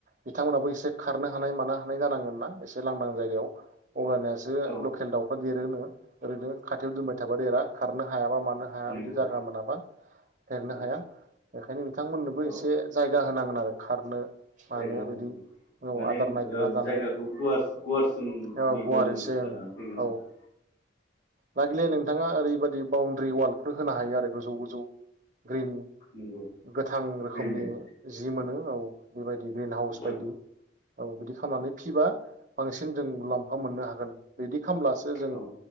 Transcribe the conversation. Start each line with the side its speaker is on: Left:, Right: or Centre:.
Right: बिथांमोनाबो एसे खारनो हानाय मानो हानाय जानांगोन ना एसे से लांदां जायगायाव अब्लानियासो
Left: औ
Right: लकेल दाउफोर देरोनो ओरैनो खाथियाव दोनबाय थाबा देरा खारनो हायाबा मानो हाया
Left: नंगौ
Right: बिदि जागा मोनाबा देरनो
Left: औ
Right: हाया बेखायनो बिथांमोननोबो
Left: औ
Right: एसे जायगा होनांगोन आरो खारनो मानो
Left: जायगा होनानै
Right: बिदि औ
Left: माने
Right: आदार
Left: ओ
Right: नागिरना जानो
Left: जायगाखौ गुवा गुवारसिननि
Right: औ गुवार
Left: गोनां
Right: एसे
Left: जानानै
Right: ओं
Left: फैगोन
Right: औ
Left: आरो
Right: लागिले नोंथाङा ओरैबायाददि बाउणडारि वालफोर होनो हायो आरो गोजौ गोजौ ग्रिन
Left: नंगौ
Right: गोथां रोखोमनि
Left: ग्रिन नेट
Right: जि मोनो औ बेबायदि ग्रिन हाउस बायदि
Left: औ
Right: औ बिदि खालामनानै फिबा बांसिन जों मुलाम्फा मोननो हागोन बिदि खालामब्लासो जों
Left: औ